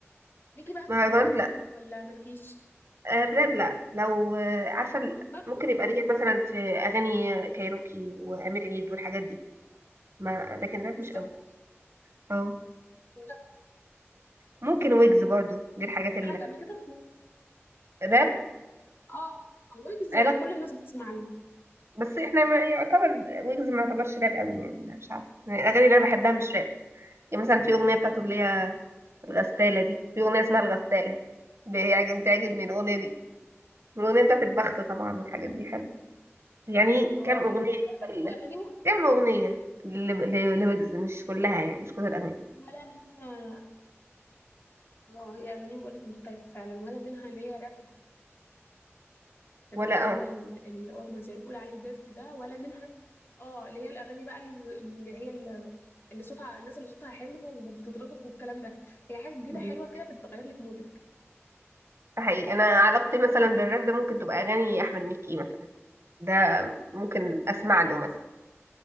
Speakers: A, on the left (about 50°); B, on the right (about 60°).
A: ليكي بقى
B: مهرجانات
A: في الراب ولا مالكيش
B: الراب لا لو آه، عارفة ال-
A: برضه
B: ممكن يبقى ليا مثلا في أغاني كايروكي وأمير عيد والحاجات دي ما لكن راب
A: بالظبط
B: مش قوي اه
A: وزي
B: ممكن ويجز برضو دي الحاجات
A: حاجه قبل كده
B: الراب
A: اه ويجز
B: علاقة
A: كل الناس بتسمع له
B: بس احنا ما يعتبر ويجز ما يعتبرش راب قوي يعني أنا مش عارفة يعني الأغاني اللي أنا بحبها مش راب يعني مثلا في أغنية بتاعته اللي هي الغسالة دي في أغنية اسمها الغسالة بيعجب- بتعجبني الأغنية دي والأغنية بتاعت البخت طبعا والحاجات دي حلوة يعني
A: اه
B: كام أغنية
A: لا
B: كده
A: واغانيه مختلفه
B: كام أغنية ل- ل- لويجز مش كلها يعني مش كل الأغاني
A: ولا منها اه هي اغانيه بقولك مختلفه فعلا ولا منها اللي هي راب الراب
B: ولا
A: اللي هو
B: اه
A: ال- اللي هو ما زي ما بيقول عليه ديرتي ده ولا منها اه اللي هي الاغاني بقى ال- اللي هي ال- اللي صوتها الناس اللي صوتها حلو وبتطربك والكلام ده هي حاجه جديده
B: م.
A: حلوه كده بتغير لك مودك
B: ده حقيقي
A: دي حقيقة
B: أنا علاقتي مثلا بالراب ده ممكن تبقى أغاني أحمد مكي مثلا ده ممكن أسمع له مثلا